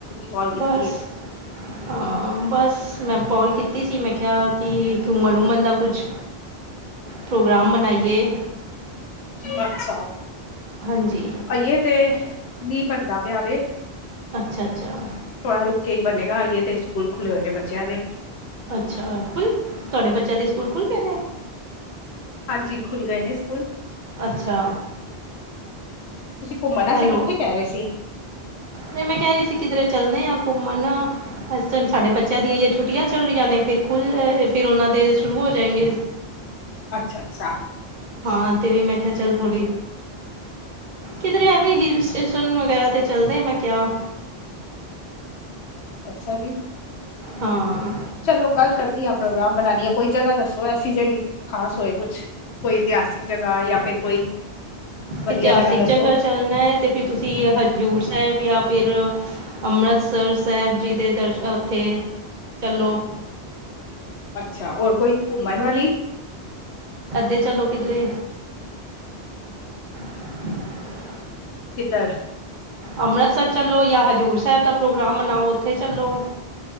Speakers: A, on the left; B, on the right.
A: ਕਾਲ ਕੀਤੀ
B: ਬਸ, ਹਾਂ ਬਸ ਮੈਂ ਕੋਲ ਕੀਤੀ ਸੀ ਮੈਂ ਕਿਹਾ, ਕਿ ਮਨਮਨਦਾ ਕੁਛ ਪ੍ਰੋਗਰਾਮ ਬਣਾਈਏ
A: ਜੀ ਅੱਛਾ
B: ਹਾਂਜੀ
A: ਆਈਏ ਤੇ, ਮੀਂਹ ਪੈੰਦਾ ਪਿਆ ਵੇ,
B: ਅੱਛਾ, ਅੱਛਾ
A: ਥੋੜਾ ਰੁਕ ਹੀ ਬਨੇਗਾ, ਜੇ ਤੇ ਸਕੂਲ ਖੁੱਲੇ ਹੋਏ ਨੇ ਬੱਚਿਆਂ ਦੇ
B: ਅੱਛਾ, ਖੁੱਲ੍ਹ, ਤੁਹਾਡੇ ਬੱਚਿਆਂ ਦੇ ਸਕੂਲ ਖੁੱਲ੍ਹ ਗਏ ਨੇ
A: ਹਾਂਜੀ, ਖੁੱਲ ਗਏ ਨੇ ਸਕੂਲ,
B: ਅੱਛਾ
A: ਤੁਸੀਂ ਘੁੰਮਣਾ
B: ਹੈਲੋ
A: ਸੀਂ, ਕਿੱਥੇ ਕਹਿ ਰਹੇ ਸੀ।
B: ਨਹੀਂ ਮੈਂ ਕਹਿ ਰਹੀ ਸੀ, ਕਿਧਰੇ ਚੱਲਣੇ ਆ ਘੁੰਮਣ। ਏਸ ਟੈਮ ਸਾਡੇ ਬੱਚਿਆਂ ਦੀਆਂ ਛੁੱਟੀਆਂ ਚੱਲ ਰਹੀਆਂ ਨੇ, ਫਿਰ ਉਹਨਾਂ ਦੇ ਖੁੱਲ ਫਿਰ ਉਹਨਾਂ ਦੇ ਸ਼ੁਰੂ ਹੋ ਜਾਏਗੇ।
A: ਅੱਛਾ-ਅੱਛਾ।
B: ਹਾਂ, ਤੇ ਵੀ ਮੈਂ ਕਿਹਾ ਚੱਲ ਥੋੜ੍ਹੀ ਕਿਧਰੇ ਐਵੇਂ ਹਿਲ ਸਟੇਸ਼ਨ ਵਗੈਰਾ ਤੇ ਚੱਲਦੇ ਆਂ, ਮੈਂ ਕਿਹਾ।
A: ਅੱਛਾ ਜੀ।
B: ਹਾਂ।
A: ਚਲੋ ਕੱਲ ਕਰਦੀ ਆਂ, ਪ੍ਰੋਗਰਾਮ ਬਣਾਣੀ ਆ, ਕੋਈ ਜਗ੍ਹਾ ਦੱਸੋ ਐਸੀ ਜਿਹੜੀ ਖ਼ਾਸ ਹੋਏ ਕੁਛ। ਕੋਈ ਇਤਿਹਾਸਿਕ ਜਗ੍ਹਾ, ਜਾਂ ਫਿਰ ਕੋਈ ਵਧੀਆ
B: ਇਤਿਹਾਸਿਕ
A: ਦੱਸੋ
B: ਜਗ੍ਹਾ ਚੱਲਣਾ ਐ ਤੇ ਫਿਰ ਤੁਸੀਂ ਹਜ਼ੂਰ ਸਾਹਿਬ ਜਾਂ ਫਿਰ ਅੰਮ੍ਰਿਤਸਰ ਸਾਹਿਬ ਜੀ ਦੇ ਦਰਸ਼ਨ, ਉੱਥੇ ਚੱਲੋ।
A: ਅੱਛਾ, ਹੋਰ ਕੋਈ ਘੁੰਮਣ ਵਾਲੀ।
B: ਐਦਾਂ ਈ ਚੱਲੋ ਕਿਧਰੇ <inaudible>
A: ਕਿਦਰ
B: ਅੰਮ੍ਰਿਤਸਰ ਚੱਲੋ ਜਾਂ ਹਜ਼ੂਰ ਸਾਹਿਬ ਦਾ ਪ੍ਰੋਗਰਾਮ ਬਣਾਓ, ਉੱਥੇ ਚੱਲੋ।